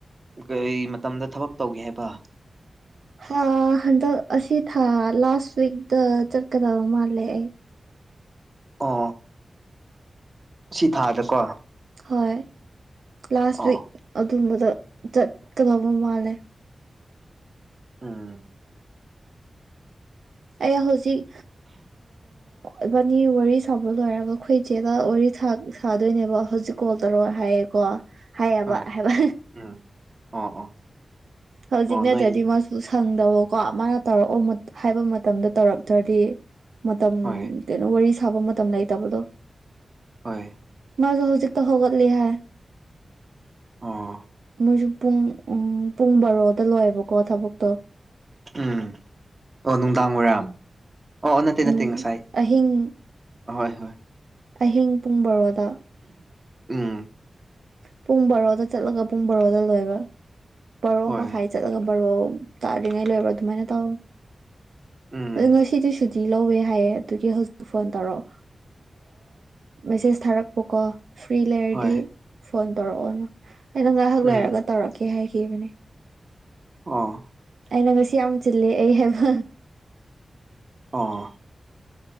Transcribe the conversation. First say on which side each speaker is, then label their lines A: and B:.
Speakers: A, on the right; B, on the right.
A: ꯀꯩ ꯃꯇꯝꯗ ꯊꯕꯛ ꯇꯧꯒꯦ ꯍꯥꯏꯕ
B: ꯍꯥ ꯍꯟꯗꯛ ꯑꯁꯤ ꯊꯥ ꯂꯥꯁ ꯋꯤꯛꯇ ꯆꯠꯀꯗꯕ ꯃꯥꯂꯦ ꯑꯩ
A: ꯑꯣ ꯁꯤ ꯊꯥꯗꯀꯣ
B: ꯍꯣꯏ ꯂꯥꯁ
A: ꯑꯣ
B: ꯋꯤꯛ ꯑꯗꯨꯝꯕꯗ ꯆꯠꯀꯗꯕ ꯃꯥꯜꯂꯦ
A: ꯎꯝ
B: ꯑꯩ ꯍꯧꯖꯤꯛ ꯏꯕꯥꯅꯤ ꯋꯥꯔꯤ ꯁꯥꯕ ꯂꯣꯏꯔꯒ ꯑꯩꯈꯣꯏ ꯏꯆꯦꯗ ꯋꯥꯔꯤ ꯁꯥꯗꯣꯏꯅꯦꯕ ꯍꯧꯖꯤꯛ ꯀꯣꯜ ꯇꯧꯔꯑꯣ ꯍꯥꯏꯌꯦꯀꯣ ꯍꯥꯏꯌꯦꯕ
A: ꯍꯣꯏ
B: ꯍꯥꯏꯕ
A: ꯎꯝ ꯑꯣ ꯑꯣ
B: ꯍꯧꯖꯤꯛ
A: ꯑꯣ ꯅꯣꯏ
B: ꯅꯠꯇ꯭ꯔꯗꯤ ꯃꯥꯁꯨ ꯁꯪꯗꯕ ꯀꯣ ꯃꯥꯅ ꯇꯧꯔꯛꯑꯣ ꯍꯥꯏꯕ ꯃꯇꯝꯗ ꯇꯧꯔꯛꯇ꯭ꯔꯗꯤ ꯃꯇꯝ
A: ꯍꯣꯏ
B: ꯀꯩꯅꯣ ꯋꯥꯔꯤ ꯁꯥꯕ ꯃꯇꯝ ꯂꯩꯇꯕꯗꯣ
A: ꯍꯣꯏ
B: ꯃꯥꯖꯨ ꯍꯧꯖꯤꯛꯛꯇ ꯍꯒꯠꯂꯤ ꯍꯥꯏ
A: ꯑꯣ
B: ꯃꯣꯏꯁꯨ ꯄꯨꯡ ꯄꯨꯡ ꯕꯥꯔꯣꯗ ꯂꯣꯏꯌꯦꯕꯀꯣ ꯊꯕꯛꯇꯣ
A: ꯎꯝ ꯑꯣ ꯅꯨꯡꯗꯥꯡ ꯋꯥꯏꯔꯥꯝ ꯑꯣ ꯅꯠꯇꯦ
B: ꯎꯝ
A: ꯅꯠꯇꯦ ꯉꯁꯥꯏ
B: ꯑꯍꯤꯡ
A: ꯑꯍꯣꯏ ꯍꯣꯏ
B: ꯑꯍꯤꯡ ꯄꯨꯡ ꯕꯔꯣꯗ
A: ꯎꯝ
B: ꯄꯨꯡ ꯕꯔꯣꯗ ꯆꯠꯂꯒ ꯄꯨꯡ ꯕꯔꯣꯗ ꯂꯣꯏꯕ ꯕꯥꯔꯣ
A: ꯍꯣꯏ
B: ꯃꯈꯥꯏ ꯆꯠꯂꯕ ꯔꯣ ꯇꯥꯗꯔꯤꯉꯩ ꯂꯣꯏꯔꯕ꯭ꯔꯣ ꯑꯗꯨꯃꯥꯏꯅ ꯇꯥꯎ
A: ꯎ
B: ꯑ ꯉꯁꯤꯗꯤ ꯁꯨꯗꯤ ꯂꯧꯋꯦ ꯍꯥꯏꯌꯦ ꯑꯗꯨꯒꯤ ꯍꯧꯖꯤꯛ ꯐꯣꯟ ꯇꯧꯔꯛꯑꯣ ꯃꯦꯁꯦꯁ ꯊꯥꯔꯛꯄꯀꯣ ꯐ꯭ꯔꯤ ꯂꯩꯔꯗꯤ
A: ꯍꯣꯏ
B: ꯐꯣꯟ ꯇꯧꯔꯛꯑꯣꯅ ꯑꯩꯅ ꯉꯥꯏꯍꯥꯛ
A: ꯎꯝ
B: ꯂꯩꯔꯒ ꯇꯧꯔꯛꯀꯦ ꯍꯥꯏꯈꯤꯕꯅꯦ
A: ꯑꯣ
B: ꯑꯩꯅ ꯉꯁꯤ ꯌꯥꯝ ꯆꯤꯜꯂꯦ ꯑꯩ ꯍꯥꯏꯕ
A: ꯑꯣ